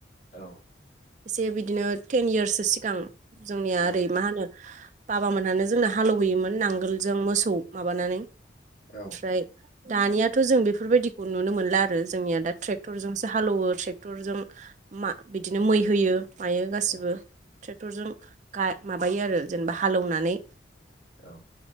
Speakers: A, on the left; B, on the right.
A: औ।
B: एसे बिदिनो टेन इयार्ससो सिगां जोंनिया
A: उम
B: ओरै मा होनो बाबामोनहानो जोंनो हालेवबोयोमोन नांगोलजों मोसौ माबानानै ओमफ्राय
A: औ
B: दानियाथ' जों बेफोरबायदिखौ नुनो मोनला आरो जोंनिया दा ट्रेक्टरजोंसो हालेवो ट्रेक्टरजों। मा बिदिनो मै होयो। मायो गासिबो
A: औ
B: ट्रेक्टरजों माबायो आरो जेनेबा हालेवनानै।
A: औ।